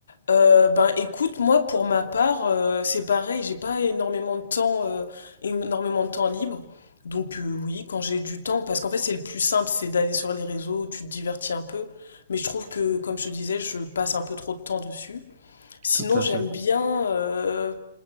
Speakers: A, on the left; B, on the right.
A: Euh, ben écoute, moi pour ma part, euh, c'est pareil, j'ai pas énormément de temps, euh, énormément de temps libre. Donc euh, oui, quand j'ai du temps, parce qu'en fait c'est le plus simple, c'est d'aller sur les réseaux, tu te divertis un peu. Mais je trouve que, comme je te disais, je passe un peu trop de temps dessus. Sinon,
B: Tout à
A: j'aime
B: fait.
A: bien, euh,